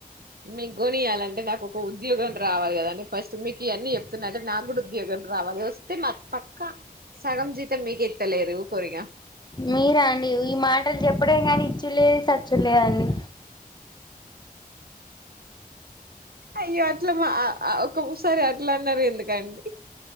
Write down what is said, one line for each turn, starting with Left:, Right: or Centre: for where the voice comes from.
Right: మీకు కొనియాలంటే నాకు ఒక ఉద్యోగం రావాలి కదాండి. ఫస్ట్ మీకు ఇవన్నీ చెప్తున్నంటే నాకు కూడా ఉద్యోగం రావాలి వస్తే మా పక్క సగం జీతం మీకిత్తలే ఇగ ఉకోరిగా
Left: మీరా అండి ఈ మాటలు చెప్పడే కానీ ఇచ్చులేదు చచ్చుడులేదండి
Right: అయ్యో అట్ల మా ఒకసారి అట్లా అన్నారు ఎందుకండి